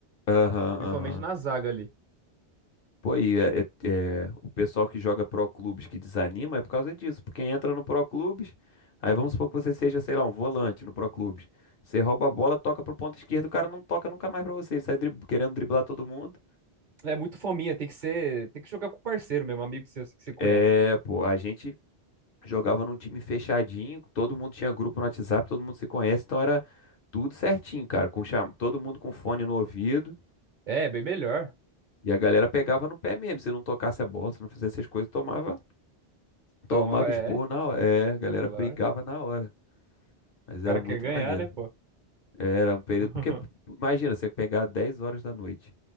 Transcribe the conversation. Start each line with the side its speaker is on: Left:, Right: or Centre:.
Left: Aham,
Right: Principalmente
Left: aham.
Right: na zaga ali.
Left: Pô, e é, é- é, o pessoal que joga pro clubes que desanima é por causa disso. Porque entra no pro clubes, aí vamos supor que você seja, sei lá, um volante no pro clubes. Você rouba a bola, toca pro ponto esquerdo, o cara não toca nunca mais pra você. Ele sai drib- querendo driblar todo mundo.
Right: É muito fominha, tem que ser. Tem que jogar com o parceiro mesmo, amigo seu que você conhece.
Left: É, pô, a gente jogava num time fechadinho, todo mundo tinha grupo no WhatsApp, todo mundo se conhece, então era tudo certinho, cara. Com cham... Todo mundo com fone no ouvido.
Right: É, bem melhor.
Left: E a galera pegava no pé mesmo. Se não tocasse a bola, se não fizesse essas coisas, tomava,
Right: Então,
Left: tomava
Right: é,
Left: esporro na hora. É, a galera
Right: claro.
Left: brigava
Right: O
Left: na hora. Mas era
Right: cara
Left: muito
Right: quer ganhar,
Left: maneiro.
Right: né, pô?
Left: Era um período.
Right: <laughs>
Left: Porque, imagina, você pegar 10 horas da noite.